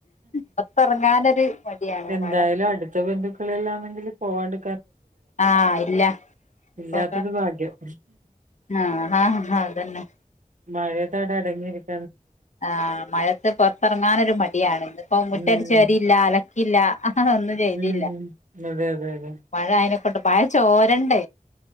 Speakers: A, on the left (about 55°); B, on the right (about 60°).
A: പൊറത്തിറങ്ങാനൊരു മടിയാണ്
B: എന്തായാലും
A: മഴ അങ്ങനെ
B: അടുത്ത ബന്ധുക്കളെല്ലാണെങ്കിൽ പോവാണ്ട്
A: ആ ഇല്ല ഇപ്പൊക്ക
B: ഇല്ലാത്തത് ഭാഗ്യം
A: ആ ആഹ് അതന്നെ
B: മഴയത്തവിടെ അടങ്ങിയിരിക്കും
A: ആ മഴയത്ത് പുറത്തിറങ്ങാനൊരു മടിയാണ് ഇന്നിപ്പോ മുറ്റടിച്ച്
B: ഉം
A: വാരിയില്ല അലക്കിയില്ല അതൊന്നും ചെയ്തില്ല
B: ഉം അതെ അതെ അതെ
A: മഴ അയിതിനെക്കൊണ്ട് മഴ ചോരണ്ട